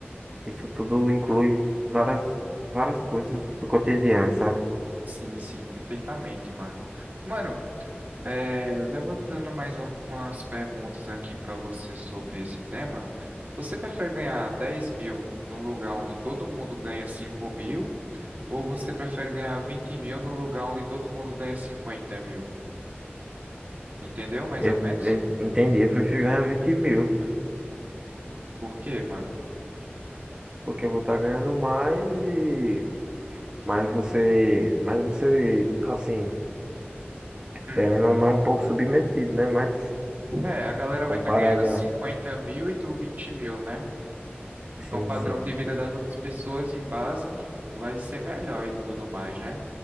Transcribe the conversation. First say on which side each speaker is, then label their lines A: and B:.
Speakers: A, on the right; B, on the right.
A: isso tudo inclui várias, várias coisas do cotidiano, sabe?
B: Sim, sim, perfeitamente, mano. Mano, é, levantando mais algumas perguntas aqui pra você sobre esse tema, você prefere ganhar dez mil no lugar onde todo mundo ganha cinco mil, ou você prefere ganhar vinte mil no lugar onde todo mundo ganha cinquenta mil? Entendeu, mais
A: Eu,
B: ou menos?
A: eu entendi, eu prefiro ganhar 20 mil,
B: Por quê, mano?
A: porque eu vou estar ganhando mais e mas você, mas você, assim,
B: Hum.
A: querendo ou não, um pouco submetido, né? Mas
B: É, a galera vai
A: comparado
B: estar ganhando cinquenta
A: a...
B: mil e tu vinte mil, né? Então
A: Sim,
B: o padrão
A: sim,
B: de vida das outras pessoas em base vai ser melhor e tudo mais, né?